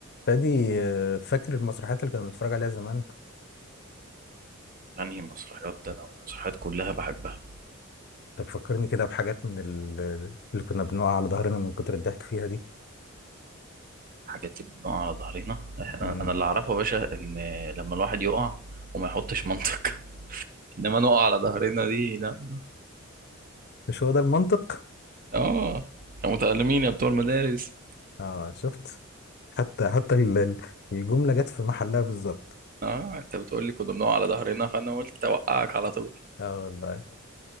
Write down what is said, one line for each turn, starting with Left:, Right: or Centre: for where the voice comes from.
Left: فادي آه، فاكر المسرحيات اللي كنا بنتفرج عليها زمان
Right: انهي مسرحيات ده أنا المسرحيات كلها بحبها
Left: طب فكرني كده بحاجات من ال- اللي كنا بنقع على ظهرنا من كتر الضحك فيها دي
Right: حاجات اللي بنقع على ظهرنا احنا
Left: مم.
Right: انا اللي اعرفه يا باشا ان لما الواحد يقع وما يحطش منطق <laughs> انما نقع على ظهرنا دي لا
Left: مش هو ده المنطق
Right: اه يا متألمين يا بتوع المدارس
Left: اه شفت حتى حتى ال- ال- الجملة جت في محلها بالظبط
Right: اه انت بتقول لي كنا بنقع على ظهرنا فانا قلت اوقعك على طول
Left: اه والله